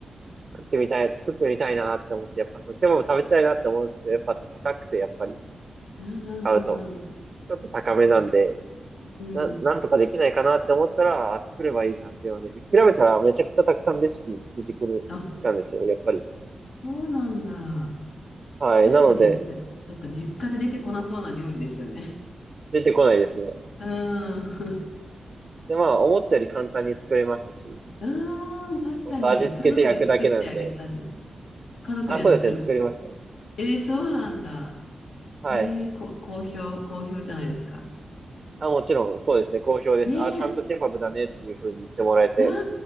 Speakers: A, on the right; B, on the left.
A: 食ってみたい、作ってみたいなって思って、やっぱそのケバブ食べたいなって思うんですけど、やっぱ高くて、やっぱり、
B: うんうんうんうん、
A: 買うと、ちょっと高めなんで、
B: 確かに。うん、
A: な、なんとかできないかなって思ったら、あ作ればいいじゃんっていうので、調べたらめちゃくちゃたくさんレシピ出てくる、
B: あ、
A: たんですよ、やっぱり。
B: そうなんだ。
A: はい。
B: 確かになんか、
A: なので、
B: そっか、実家で出てこなそうな料理ですよね。
A: 出てこないですね。
B: <laughs> うーん。
A: で、まあ、思ったより簡単に作れますし、
B: <laughs> うーん、確かに。
A: ほんと味付けて焼くだけなんで、
B: 家族に作ってあげたり、家族には作る。
A: あ、そうですね、作りましたね。
B: えー、そうなんだ。
A: はい。
B: えー、こ、好評、好評じゃないですか。
A: あ、もちろん、そうですね。好評です。
B: ねえ。
A: あ、ちゃんとケバブだねっていう風に言ってもらえて。
B: あ